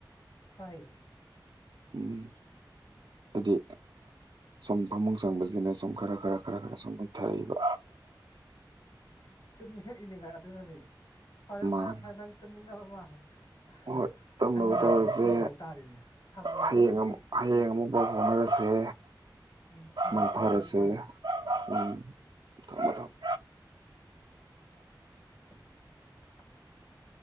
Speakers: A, on the left; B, on the right.
A: ꯇꯥꯏꯌꯦ
B: ꯎꯝ ꯍꯥꯏꯗꯤ ꯁꯨꯝ ꯐꯃꯨꯡ ꯆꯪꯕꯁꯤꯅ ꯁꯨꯝ ꯈꯔ ꯈꯔ ꯈꯔ ꯈꯔ ꯁꯨꯝ ꯃꯨꯏꯊꯔꯛꯏꯕ
A: ꯇꯨꯝꯅꯤꯡꯉꯛꯏꯅꯤꯅ ꯑꯗꯨꯅꯅꯦ ꯐꯔꯦ
B: ꯃꯥꯅꯦ
A: ꯐꯔꯦ ꯐꯔꯦ ꯅꯪ ꯇꯨꯝꯅꯤꯡꯉꯕ ꯃꯥꯜꯂꯦ <unintelligible>
B: ꯍꯣꯏ ꯇꯨꯝꯅꯕ
A: ꯑꯩꯅ ꯉꯥꯏꯍꯥꯛ
B: ꯇꯧꯔꯁꯦ
A: ꯌꯦꯠꯄꯤꯕ ꯍꯥꯏꯇꯥꯔꯦꯅꯦ ꯊꯝꯃꯒꯦꯀꯣ
B: ꯍꯌꯦꯡ
A: ꯑꯗꯨꯗꯤ
B: ꯑꯃꯨꯛ ꯍꯌꯦꯡ ꯑꯃꯨꯛ ꯄꯥꯎ ꯐꯥꯎꯅꯔꯁꯦ
A: ꯎꯝ ꯐꯔꯦ
B: ꯃꯪ
A: ꯐꯔꯦ
B: ꯐꯔꯁꯦ
A: ꯅꯪ ꯐꯔꯣ
B: ꯎꯝ ꯊꯝꯃꯣ ꯊꯝꯃꯣ
A: <unintelligible>